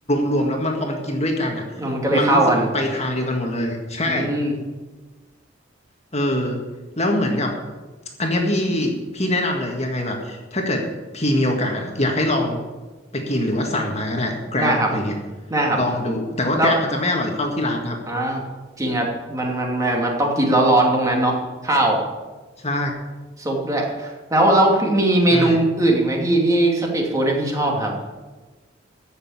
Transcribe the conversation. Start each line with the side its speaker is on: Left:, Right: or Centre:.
Left: รวมๆแล้วมันพอมันกินด้วยกันอะ
Right: เออมันก็เลยเข้ากัน
Left: มันรู้สึกมันไปทางเดียวกันหมดเลยใช่
Right: อืม
Left: เออแล้วเหมือนกับอันเนี้ยพี่พี่แนะนำเลยยังไงแบบถ้าเกิดพี่มีโอกาสอะอยากให้ลองไปกินหรือว่าสั่งมาก็ได้ Grab
Right: ได้ครับ
Left: อะไรเงี้ย
Right: ได้ครับ
Left: ลองดูแต่ว่า
Right: แล้ว
Left: Grab อาจจะไม่อร่อยเท่าที่ร้านนะครับ
Right: อ่าจริงครับมันมันมันมันต้องกินร้อนๆตรงนั้นเนาะข้าว
Left: ใช่
Right: ซุปด้วยแล้วแล้วพี่มีเมนูอื่นอีกไหมพี่ที่สตรีทฟู้ดเนี่ยพี่ชอบครับ
Left: ใช่